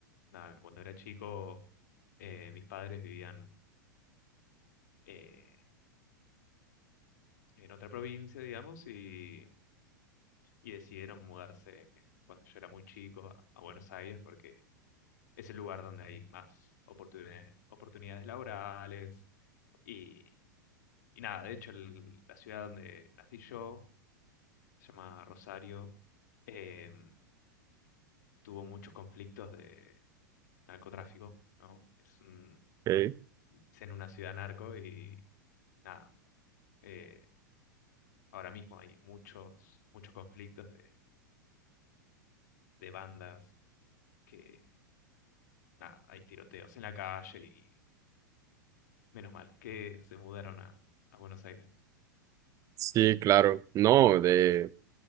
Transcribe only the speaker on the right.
ok.
Sí, claro, no, de...